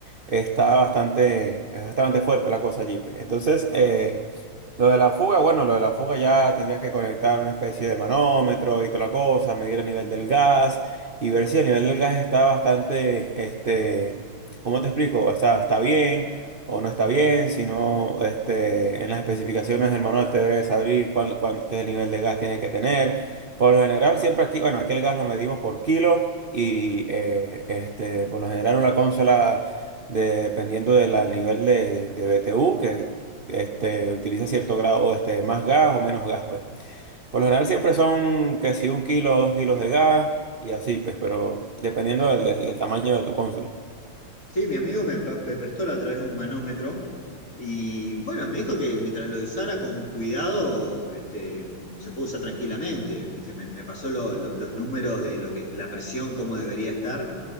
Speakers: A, on the right; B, on the left.
A: está bastante, es bastante fuerte la cosa allí. pues. Entonces, eh, lo de la fuga, bueno, lo de la fuga ya tendrías que conectar una especie de manómetro y toda la cosa, medir el nivel del gas y ver si el nivel del gas está bastante, este, ¿cómo te explico? O sea, está bien o no está bien, si no, este, en las especificaciones del manual te debes saber cuál, cuál- qué nivel de gas tiene que tener. Por lo general, siempre aquí, bueno, aquí el gas lo medimos por kilo y, eh, este, por lo general una consola de- dependiendo del nivel de, de, de BTU, que este, utiliza cierto grado, este, más gas o menos gas, pues. Por lo general siempre son que si un kilo o dos kilos de gas y así, pues, pero dependiendo del, del- tamaño de tu consola.
B: Sí, mi amigo me, pa- me prestó la otra vez un manómetro y bueno, me dijo que mientras lo usara con cuidado, este, se puede usar tranquilamente. ¿viste? Me, me pasó lo- lo- los números de lo que, la presión, cómo debería estar